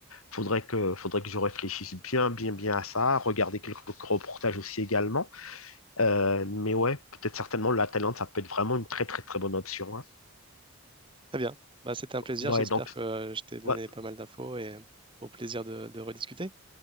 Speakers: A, on the left; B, on the right.
A: Faudrait que, faudrait que je réfléchisse bien, bien, bien à ça, regarder quelques reportages aussi également. Euh, mais ouais, peut-être certainement la Thaïlande, ça peut être vraiment une très, très, très bonne option. hein.
B: Très bien. Bah, c'était un plaisir.
A: Ouais,
B: J'espère
A: donc,
B: que je t'ai donné
A: ouais,
B: pas mal d'infos et au plaisir de, de rediscuter.